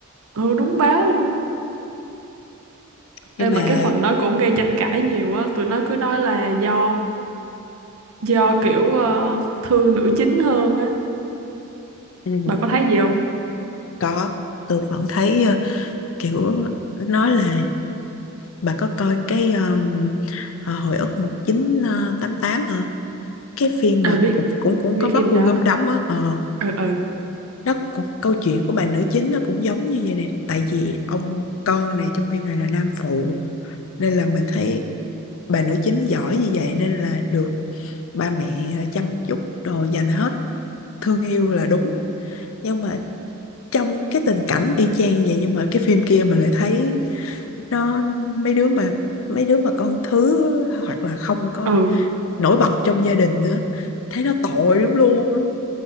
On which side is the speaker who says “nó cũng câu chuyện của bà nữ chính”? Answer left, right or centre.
Left